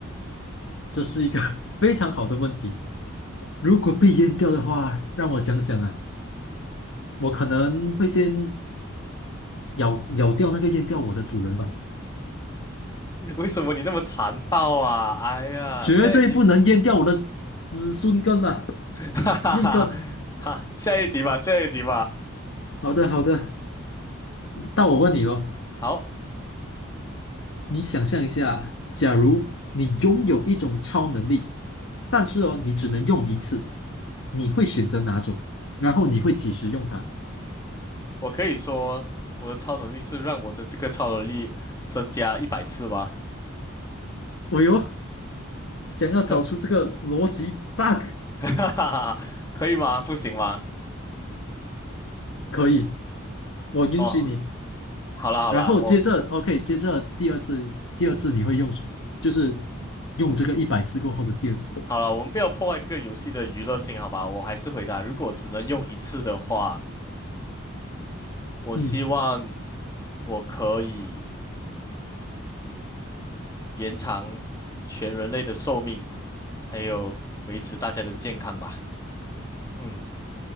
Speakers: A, on the left; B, on the left.
A: 这是一个 <laughs> 非常好的问题。如果被淹掉的话，让我想想啊，我可能会先咬咬掉那个淹掉我的主人吧，
B: <laughs> 为什么你那么残暴啊？哎呀，
A: 绝对不能淹掉我的子孙根啊，
B: 下一题，<laughs> 哈哈哈哈，
A: 命根。
B: 下一题吧，下一题吧。
A: 好的，好的。到我问你咯，
B: 好，
A: 你想象一下，假如你拥有一种超能力，但是哦，你只能用一次，你会选择哪种？然后你会几时用它？
B: 我可以说我的超能力是让我的这个超能力增加一百次吗？
A: 哦哟，想要找出这个逻辑
B: <laughs> 哈
A: bug，
B: 哈哈，可以吗？不行吗？
A: 可以，我允许你。
B: 哦，好啦好啦，
A: 然后接着，OK，
B: 我
A: 接着第二次，第二次你会用什么？就是用这个一百次过后的第二次。
B: 好啦，我们不要破坏这个游戏的娱乐性，好吧？我还是回答，如果只能用一次的话，我希望
A: 嗯，
B: 我可以延长全人类的寿命，还有维持大家的健康吧。嗯，